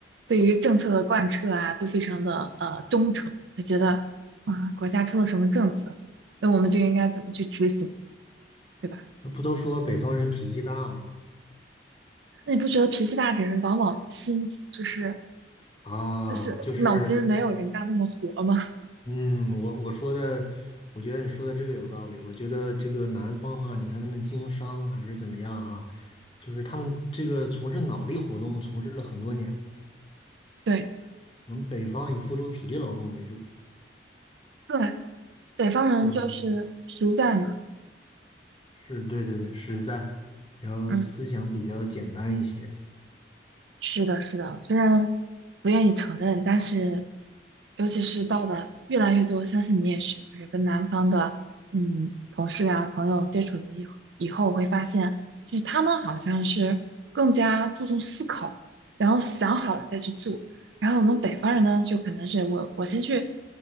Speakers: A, on the right; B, on the left.
A: 对于政策的贯彻啊，都非常的呃忠诚，就觉得啊、国家出了什么政策，那我们就应该怎么去执行，对吧？
B: 那不都说北方人脾气大吗？
A: 那你不觉得脾气大的人往往心就是
B: 啊，
A: 就是脑筋没有人家那么活吗？
B: 就是，嗯，我我说的，我觉得你说的这个有道理。我觉得这个南方哈，你看他们经商还是怎么样哈，就是他们这个从事脑力活动从事了很多年了。
A: <laughs> 对
B: 我们北方以付出体力劳动为主，
A: 对，北方人就是实在嘛，
B: 是吧？是，对对对，实在，然后思想比较简单一些。
A: 嗯。是的，是的，虽然不愿意承认，但是尤其是到了越来越多，相信你也是，就是跟南方的嗯同事啊朋友接触以以后，会发现就是他们好像是更加注重思考，然后想好了再去做，然后我们北方人呢，就可能是我我先去